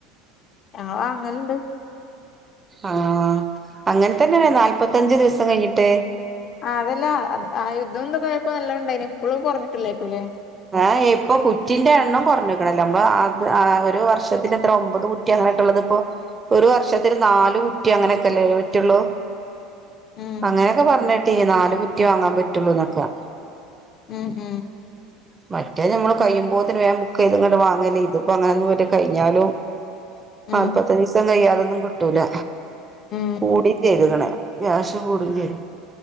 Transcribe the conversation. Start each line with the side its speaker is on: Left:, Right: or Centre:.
Left: ഞങ്ങള് വാങ്ങല്ണ്ട്
Right: ആഹ് അങ്ങനെത്തന്നെ നാല്പത്തഞ്ച് ദിവസം കഴിഞ്ഞിട്ട്
Left: ആഹ് അതല്ല അ ആ യുദ്ധം എന്തൊക്കെയപ്പ ല്ല ഉണ്ടായിനി ഇപ്പോഴും കൊറഞ്ഞിട്ടില്ലേക്കുംല്ലേ
Right: ഏഹ് ഇപ്പൊ കുറ്റിന്റെ എണ്ണം കൊ റഞ്ഞു <unintelligible> അഹ് ഒരു വർഷത്തിന് എത്ര ഒമ്പത് കുറ്റി അങ്ങനെയൊട്ടാള്ളത് ഇപ്പോ ഒരു വർഷത്തില് നാല് കുറ്റി അങ്ങനെയൊക്കല്ലേ പറ്റുള്ളൂ
Left: ഉം
Right: അങ്ങനെയൊക്കെ പറഞ്ഞെട്ടീ നാല് കുറ്റിയെ വാങ്ങാൻ പറ്റുള്ളു എന്നൊക്കാ
Left: ഉം ഉം
Right: മറ്റേത് നമ്മള് കഴിയുമ്പോത്തിന് വേഗം ബുക്ക് ചെയ്ത് ഇങ്ങോട്ട് വാങ്ങലേ ഇത്പ്പ അങ്ങനൊന്നും പറ്റില്ല കഴിഞ്ഞാലും
Left: ഉം
Right: നാല്പത്തി അഞ്ച് ദിവസം കയ്യാതൊന്നും കിട്ടൂല
Left: ഉം
Right: കൂടീ ചെയ്ത്ക്ക്ണ് ഗ്യാസ് കൂടും ചെയ്ത്ക്ക്ണ്